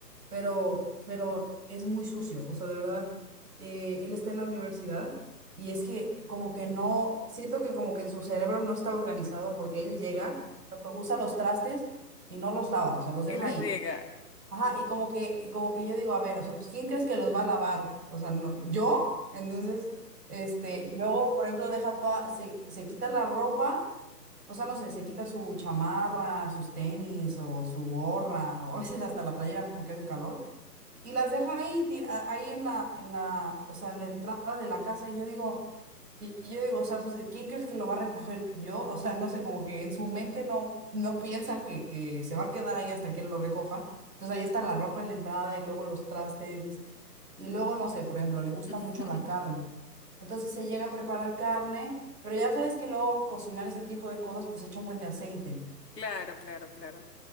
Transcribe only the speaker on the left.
les
riega.
<laughs>
Claro, claro, claro.